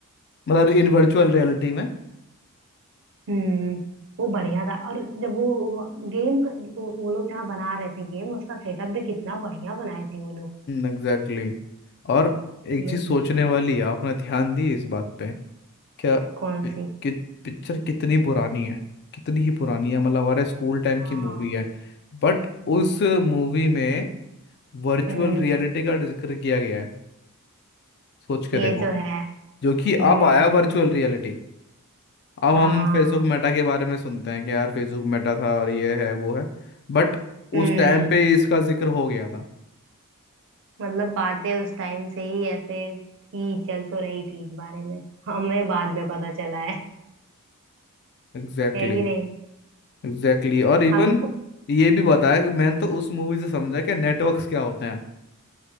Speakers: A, on the left; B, on the right.
A: मतलब इन वर्चुअल रियलिटी में
B: हम्म वो बढ़िया था और जब वो गेम वो, वो लोग जहाँ बना रहे थे गेम उसका सेटअप भी कितना बढ़िया बनाए थे वो लोग
A: Exactly exactly. और एक
B: मैं
A: चीज सोचने वाली है आपने ध्यान दी इस बात पे क्या
B: कौन
A: पि-
B: सी
A: कि पिक्चर कितनी पुरानी है कितनी ही पुरानी है मतलब हमारे स्कूल टाइम
B: हाँ
A: की मूवी है बट उस मूवी में वर्चुअल
B: हम्म
A: रियलिटी का जिक्र किया गया है सोच के
B: ये
A: देखो
B: तो है
A: जो कि
B: हम्म
A: अब आया वर्चुअल रियलिटी अब
B: हाँ
A: हम फेसबुक मेटा के बारे में सुनते हैं कि यार फेसबुक मेटा था और ये है वो है बट
B: हम्म
A: उस टाइम पे इसका जिक्र हो गया था
B: मतलब बातें उस टाइम से ही ऐसे थी चल तो रही थी इस बारे में हमें बाद में पता चला है
A: Exactly
B: है कि
A: exactly,
B: नहीं
A: exactly exactly. और इवन
B: हमको
A: ये भी बताया कि मैंने तो उस मूवी से समझा कि नेटवर्क्स क्या होते हैं